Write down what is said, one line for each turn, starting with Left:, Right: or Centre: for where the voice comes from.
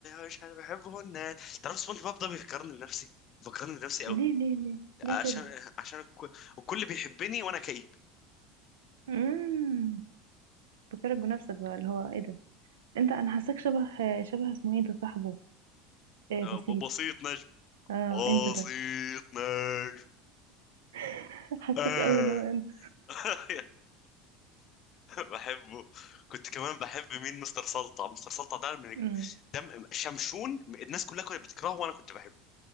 Left: مش عارف بحبه الناس تعرف سبونج بوب ده بيفكرني بنفسي بيفكرني بنفسي قوي
Right: ليه ليه ليه ليه
Left: عشان
Right: كده
Left: عشان الك- الكل بيحبني وانا كئيب
Right: امم فكرك بنفسك بقى اللي هو ايه ده انت انا حاساك شبه شبه اسمه ايه ده صاحبه إيه
Left: آه،
Right: بسيط
Left: بسيط نجم
Right: اه
Left: بسيط
Right: انت ده
Left: نجم
Right: <laughs> حاساك
Left: آه
Right: قوي اللي هو انت
Left: <laughs> بحبه كنت كمان بحب مين مستر سلطع مستر سلطع ده من
Right: امم
Left: دم شمشون الناس كلها كانت بتكرهه وانا كنت بحبه